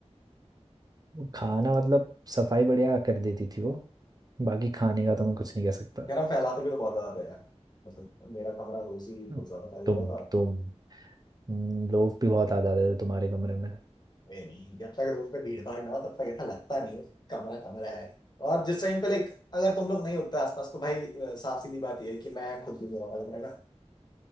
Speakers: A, on the right; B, on the left.
A: वो खाना मतलब सफाई बढ़िया कर देती थी वो बाकी खाने का तो मैं कुछ नहीं कह सकता
B: यार हम फैलाते भी तो बहुत ज्यादा थे यार मतलब मेरा कमरा रोज ही कुछ
A: हम्म,
B: ज्यादा फैल जाता
A: तुम
B: था
A: तुम हम्म, लोग भी बहुत आ जाते थे तुम्हारे कमरे में
B: ए नहीं जब तक रूम पे भीड़ भाड़ ना हो तब तक ऐसा लगता नहीं है कमरा कमरा है और जिस टाइम पे लाइक अगर तुम लोग नहीं होते आसपास तो भाई अ, साफ सीधी बात ये है कि मैं खुद भी मेरा कमरा